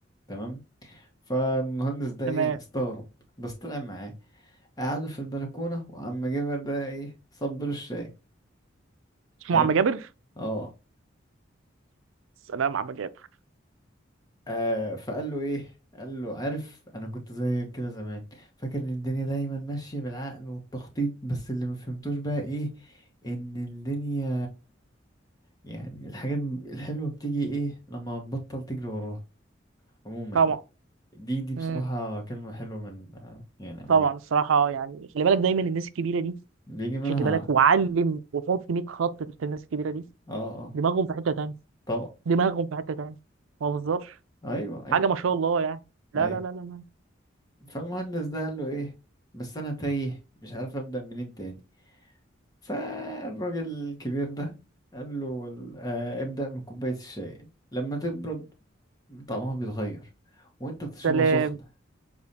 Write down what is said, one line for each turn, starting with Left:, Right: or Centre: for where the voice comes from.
Left: تمام فالمهندس ده
Right: تمام
Left: ايه استغرب بس طلع معاه قعدوا في البلكونه وعم جابر ده ايه صب له الشاي
Right: اسمه
Left: حلو
Right: عم جابر
Left: اه
Right: سلام عم جابر
Left: آه، فقال له ايه قال له عارف انا كنت زي كده زمان فاكر ان الدنيا دايما ماشيه بالعقل والتخطيط بس اللي ما فهمتوش بقى ايه ان الدنيا يعني الحاجات الحلوة بتيجي ايه لما تبطل تجري وراها عموما
Right: طبعا
Left: يعني دي دي بصراحة
Right: مم.
Left: كلمة حلوة من آه، يعني لما
Right: طبعا
Left: جت-
Right: الصراحه يعني خلي بالك دايما الناس الكبيره دي
Left: بيجي منها
Right: خلي بالك وعلم وحط 100 خط تحت الناس الكبيره دي
Left: اه اه
Right: دماغهم في حته تانيه
Left: طبعا
Right: دماغهم في حته تانيه ما بهزرش
Left: ايوه ايوه
Right: حاجه ما شاء الله يعني لا
Left: ايوه
Right: لا لا لا لا
Left: فالمهندس ده قال له ايه بس انا تايه مش عارف ابدأ منين تاني فالراجل الكبير ده قال له ال- آه ابدأ من كوباية الشاي لما تبرد طعمها بيتغير وانت بتشربها
Right: سلام
Left: سخنة